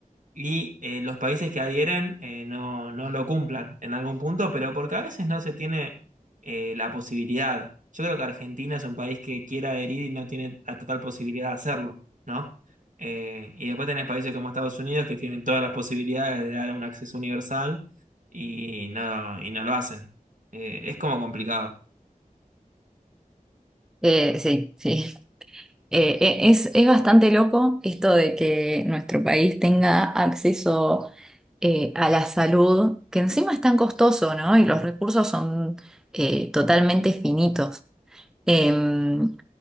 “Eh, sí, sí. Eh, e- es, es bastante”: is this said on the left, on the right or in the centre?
Centre